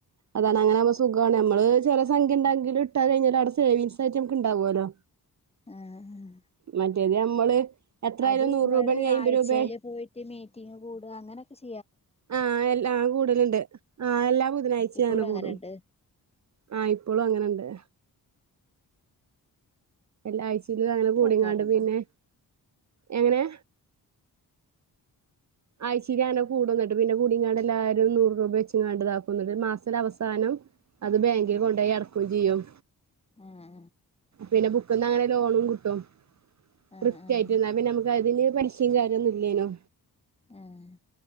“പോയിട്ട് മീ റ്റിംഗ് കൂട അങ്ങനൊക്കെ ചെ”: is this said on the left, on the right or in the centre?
Left